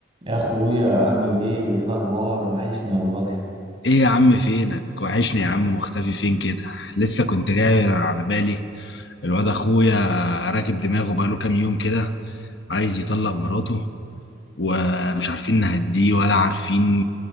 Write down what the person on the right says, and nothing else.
يا اخويا عامل ايه ايه الاخبار وحشني والله